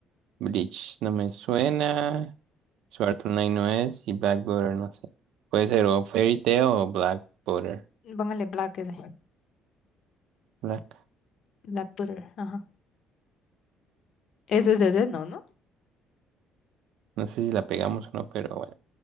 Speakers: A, on the right (about 75°); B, on the left (about 55°).
A: Bleach no me suena. Sword Knight no es y Black Border no sé. Puede ser o Fairy Tail o Black Border.
B: <laughs> Póngale Black ese.
A: Black.
B: Black Twitter, ajá. Ese es de Death Note, ¿no?
A: No sé si la pegamos o no, pero bueno.